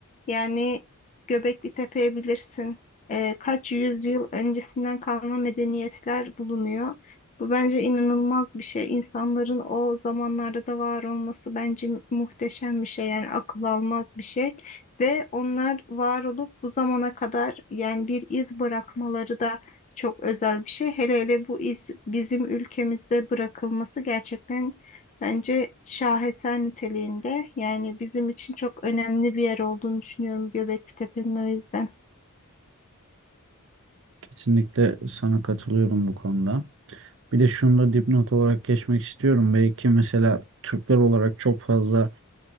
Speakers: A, on the left; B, on the right.
A: yani Göbekli Tepe'ye bilirsin. e, kaç yüzyıl öncesinden kalma medeniyetler bulunuyor. Bu bence inanılmaz bir şey. İnsanların o zamanlarda da var olması bence muhteşem bir şey. Yani akıl almaz bir şey. Ve onlar var olup bu zamana kadar yani bir iz bırakmaları da çok özel bir şey. Hele hele bu iz bizim ülkemizde bırakılması gerçekten bence şaheser niteliğinde. Yani bizim için çok önemli bir yer olduğunu düşünüyorum Göbekli Tepe'nin o yüzden.
B: Kesinlikle sana katılıyorum bu konuda. Bir de şunu da dipnot olarak geçmek istiyorum. Belki mesela Türkler olarak çok fazla